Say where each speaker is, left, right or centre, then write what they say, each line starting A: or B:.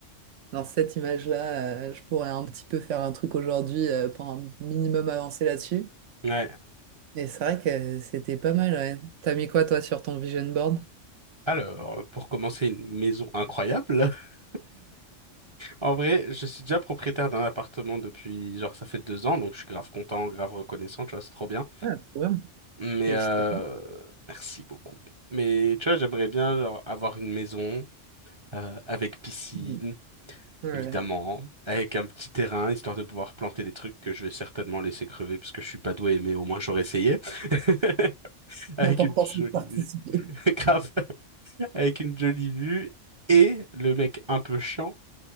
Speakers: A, on the right; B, on the right.
A: Dans cette image-là, euh, je pourrais un petit peu faire un truc aujourd'hui euh, pour un minimum avancer là-dessus.
B: Ouais.
A: Et c'est vrai que c'était pas mal, ouais. T'as mis quoi, toi, sur ton vision board?
B: Alors, pour commencer, une maison incroyable. <laughs> En vrai, je suis déjà propriétaire d'un appartement depuis, genre, ça fait deux ans, donc je suis grave content, grave reconnaissant, tu vois, c'est trop bien.
A: Ah, trop bien.
B: Mais
A: Félicitations.
B: euh, merci beaucoup. Mais tu vois, j'aimerais bien genre, avoir une maison euh, avec piscine,
A: Mm. Ouais.
B: évidemment, avec un petit terrain, histoire de pouvoir planter des trucs que je vais certainement laisser crever parce que je suis pas doué, mais au moins j'aurais essayé. <laughs> Avec
A: L'important,
B: une jolie
A: c'est de participer.
B: vue, <laughs> grave, avec une jolie vue et le mec un peu chiant,